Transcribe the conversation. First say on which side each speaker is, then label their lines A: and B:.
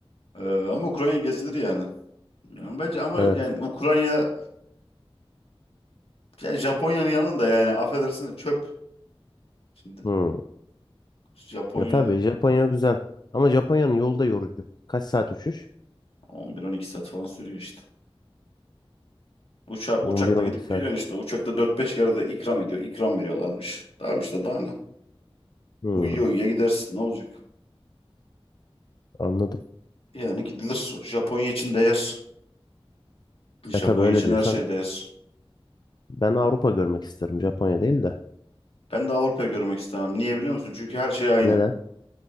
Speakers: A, on the left; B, on the left.
A: Ee, ama Ukrayna gezilir yani. Yani bence ama
B: Evet.
A: yani Ukrayna ya Japonya'nın yanında yani affedersin de çöp. Şimdi
B: Hmm.
A: Japonya
B: Ya tabii Japonya güzel. Ama Japonya'nın yolu da yorucu. Kaç saat uçuş?
A: 11-12 saat falan sürüyor işte. Uçak, uçakla
B: 11-12
A: gidip
B: saat.
A: geliyorsun işte. Uçakta dört beş kere de ikram ediyor. İkram veriyorlarmış. Tamam işte daha ne?
B: Hmm.
A: Uyuyor uyuyor gidersin ne olacak?
B: Anladım.
A: Yani gidilir. Japonya için değer. Japonya
B: Ya tabii öyle
A: için
B: diyorsan
A: her şey değer.
B: ben Avrupa görmek isterim Japonya değil de.
A: Ben de Avrupa'yı görmek istemem. Niye biliyor musun? Çünkü her şey aynı.
B: Neden?